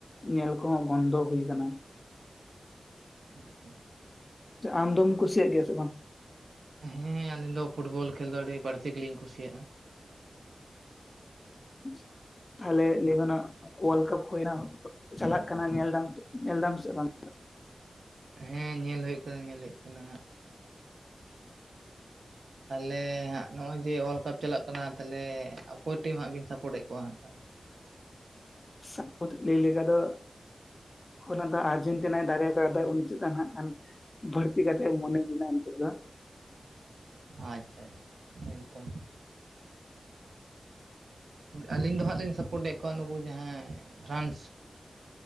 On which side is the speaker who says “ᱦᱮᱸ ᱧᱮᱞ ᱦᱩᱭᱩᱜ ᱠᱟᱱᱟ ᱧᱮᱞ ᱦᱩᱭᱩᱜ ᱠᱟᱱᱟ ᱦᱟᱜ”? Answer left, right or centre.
Right